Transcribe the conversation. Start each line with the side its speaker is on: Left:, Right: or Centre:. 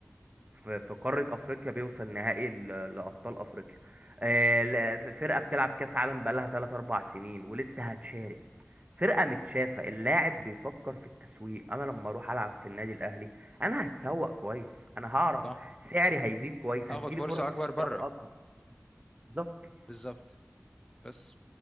Right: في في قارة أفريقيا بيوصل نهائي ل- لأبطال أفريقيا آه، لا- ف- فرقة بتلعب كأس عالم بقالها 3 4 سنين ولسه هتشارك فرقة متشافة اللاعب بيفكر في التسويق أنا لما أروح ألعب في النادي الأهلي أنا هتسوق كويس أنا هعرف
Left: صح
Right: سعري هيزيد كويس
Left: هاخد
Right: هتجيلي
Left: فرصة
Right: فرص
Left: اكبر
Right: احتراف
Left: بره
Right: أكتر بالظبط
Left: بالظبط بس